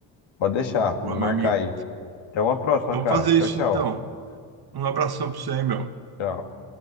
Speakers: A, on the left; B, on the right.
A: Pode deixar,
B: Boa,
A: vou marcar
B: meu amigo.
A: aí. Até uma próxima,
B: Então
A: cara.
B: fazer
A: Tchau,
B: isso
A: tchau.
B: então. Um abração pra você aí, meu.
A: Tchau.